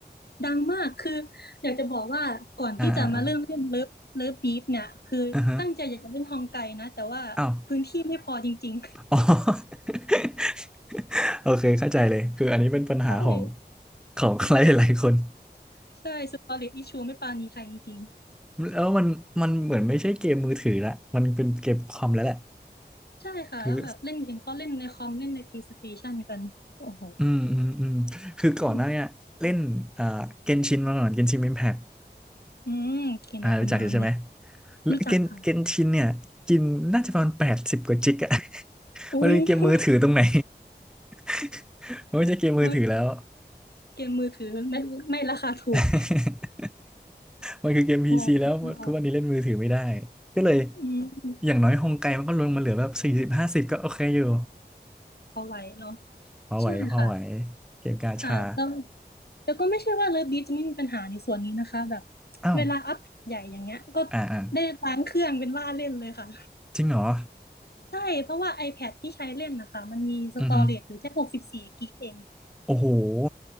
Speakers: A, on the left; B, in the centre.
A: ดังมากคืออยากจะบอกว่าก่อนที่จะมาเริ่มเล่นเลิฟเลิฟดีฟเนี่ยคือตั้งใจอยากจะเล่นฮองไกนะแต่ว่าพื้นที่ไม่พอจริง
B: อ่าอ่าอ่าอ่าฮะอ้าวอ๋อ <laughs> โอเคเข้าใจเลยคืออันนี้เป็นปัญหาของ
A: ใช่
B: ของ <laughs> ใครหลายๆคน
A: ใช่สตอรี่อิชูไม่ปราณีใครจริง
B: แล้วมันมันเหมือนไม่ใช่เกมมือถือละมันเป็นเกมคอมแล้วแหละ
A: ๆใช่ค่ะแล้วแบบเล่นเห็นเขาเล่นในคอมเล่นใน
B: คือ
A: PlayStation กันโอ้โห
B: อืมอืมอืมคือก่อนหน้าเนี้ยเล่นเอ่อเกนชินมาก่อนเกนชินอิมแพค
A: อืมอืมเกมในตำนานเลย
B: อ่ารู้จักอยู่ใช่ไหมแล้วเกนเกนชินเนี่ยกินน่าจะประมาณแปดสิบกว่าจิกอะ
A: รู้จักค่ะโอ้โห
B: <laughs> มันเป็นเกมมือถือตรงไหน <laughs> มันไม่ใช่เกมมือถือแล้ว
A: มือเกมมือถือไม่ไม่ราคาถูก
B: <laughs> มันคือเกมพีซีแล้วทุกวันนี้เล่นมือถือไม่ได้
A: โอ้โห
B: ก็เลย
A: อืม
B: อย่างน้อยฮงไกมันก็ลงมาเหลือแบบสี่สิบห้าสิบก็โอเคอยู่
A: ไหวเนาะ
B: พอไหวพอไหว
A: ใช่ค่ะ
B: เกมกาชา
A: ค่ะแล้วแล้วก็ไม่ใช่ว่าเลิฟบีจะไม่มีปัญหาในส่วนนี้นะคะแบบ
B: อ้าว
A: เวลาอัพใหญ่อย่างเงี้ยก็
B: อ่าอ่า
A: ได้ล้างเครื่องเป็นว่าเล่นเลยค่ะ
B: จริงเหรอ
A: ใช่เพราะว่า iPad ที่ใช้เล่นนะคะมันมีสตอเรจอยู่แค่หกสิบสี่กิกเอง
B: อือฮึโอ้โห <laughs>